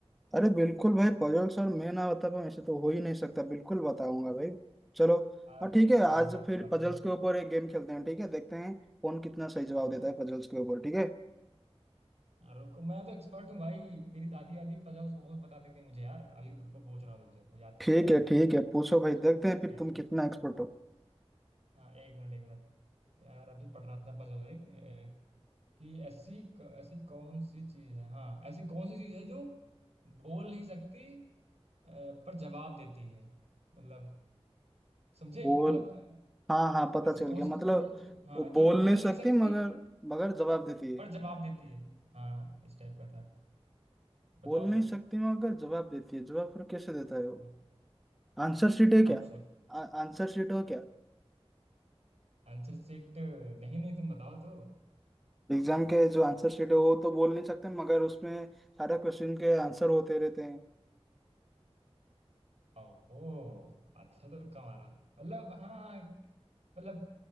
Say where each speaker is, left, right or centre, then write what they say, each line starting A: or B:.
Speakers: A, in the centre; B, on the right.
A: अरे बिल्कुल भाई पजल सर मैं ना बता पाऊँ ऐसे तो हो ही नहीं सकता बिल्कुल बताऊंगा भाई चलो
B: यार
A: हाँ ठीक है
B: चलो
A: आज
B: रुको
A: फिर
B: अभी
A: पजल्स के ऊपर एक गेम खेलते हैं ठीक है देखते हैं कौन कितना सही जवाब
B: अ,
A: देता है पजल्स के ऊपर ठीक है
B: रुको मैं तो एक्सपर्ट हूँ भाई मेरी दादी वादी पजल्स बहुत बताती थी मुझे यार अभी रुको पूछ रहा हूँ तुमसे रुको याद कर
A: ठीक
B: लेता
A: है
B: हूँ
A: ठीक है पूछो भाई देखते हैं फिर
B: ए,
A: तुम कितना एक्सपर्ट हो
B: हाँ एक मिनट एक मिनट यार अभी पढ़ रहा था पजल एक ए, कि ऐसी क- ऐसी कौन सी चीज है हाँ ऐसी कौन सी चीज है जो बोल नहीं सकती अ, पर जवाब देती है मतलब समझे
A: बोल
B: मतलब अ,
A: हाँ हाँ पता
B: ऐसी
A: चल
B: कौन
A: गया
B: सी
A: मतलब
B: चीज़ है जो हाँ
A: वो
B: जो
A: बोल
B: बोल
A: नहीं सकती
B: नहीं सकती
A: मगर मगर जवाब देती है
B: पर जवाब देती है हाँ इस टाइप का था बताओ
A: बोल नहीं
B: फिर
A: सकती मगर जवाब देती है जवाब फिर कैसे देता है वो
B: हाँ
A: आंसर शीट है
B: आप
A: क्या
B: सोच
A: आ, आंसर शीट हो क्या
B: आंसर सेट नहीं नहीं तुम बताओ तो
A: एग्जाम के जो आंसर शीट है वो तो बोल नहीं सकते मगर उसमें सारे क्वेश्चन के आंसर होते रहते हैं
B: ओहो अच्छा तो कम आ रहा मतलब हाँ मतलब